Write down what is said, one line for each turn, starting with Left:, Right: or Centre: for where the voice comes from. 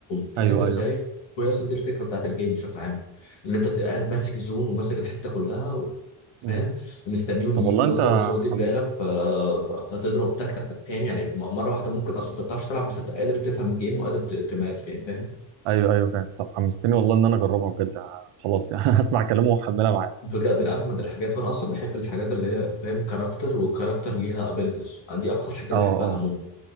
Left: فاهم
Right: ايوه
Left: ازاي
Right: ايوه
Left: وهي اصلا دي الفكره بتاعت الجيم بشكل عام ان انت تبقى ماسك الزون وماسك الحته كلها فاهم
Right: امم
Left: ومستنيهم
Right: طب
Left: يجوا
Right: والله انت
Left: مثلا مش واخدين
Right: حمست
Left: بالك ف... ف... فتضرب تك تك تك تاني يعني م- مره واحده ممكن اصلا انت ما بتعرفش تلعب بس انت قادر تفهم الجيم وقادر ت- تماب يعني فاهم
Right: ايوه ايوه فاهم طب حمستني والله ان انا اجربها بجد ه- خلاص يعني <laughs> هسمع كلامه واحملها معايا
Left: بجد من اجمد الحاجات وانا اصلا بحب الحاجات اللي هي فاهم كاركتر والكاركتر ليها ابيليتيز دي اكتر حاجه انا
Right: اه
Left: بحبها
Right: اه
Left: عموما